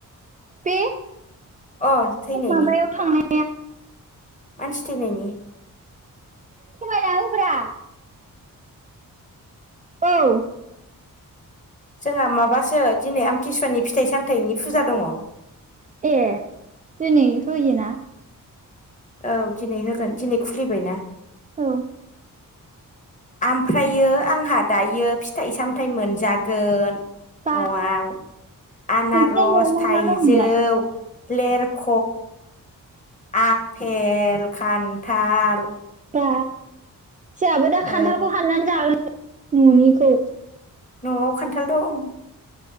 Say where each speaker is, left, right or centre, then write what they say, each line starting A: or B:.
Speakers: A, on the right; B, on the left.
A: दे
B: अ थैनायनि
A: माबायाव थांनाय
B: मानसि थैनायनि
A: खमायना होब्रा औ
B: जोंहा माबासो दिनै आमथिसुवानि फिथाइ सामथाइनि फुजा दङ
A: ए दिनै होयोना?
B: औ दिनै होगोन दिनै खुलिबायना
A: औ
B: आमफ्रायो आंहा दायो फिथाइ सामथाइ मोनजागोन
A: बा
B: नआव आनारस
A: नोंसिना न'आव मा
B: थाइजौ
A: मा दं नोंलाय
B: लेरख आफेल खान्थाल
A: बा जाहाबो दा
B: ओ
A: खान्थालखौ हाननानै जागोन ननिखौ
B: नआव खान्थाल दं